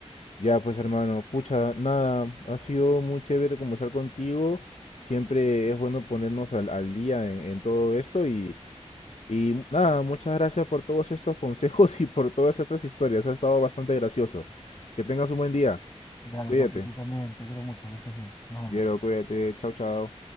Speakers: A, on the left (about 70°); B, on the left (about 35°).
A: Ya pues hermano, pucha, nada, ha sido muy chévere conversar contigo. Siempre es bueno ponernos al, al día en, en todo esto Y nada, muchas gracias por todos estos <laughs> consejos y por todas estas historias. Ha estado bastante gracioso. Que tengas un buen día.
B: Dale,
A: Cuídate.
B: papi, tú también, te quiero mucho, que estés bien. Nos
A: Te
B: vemos.
A: quiero, cuídate. Chao, chao.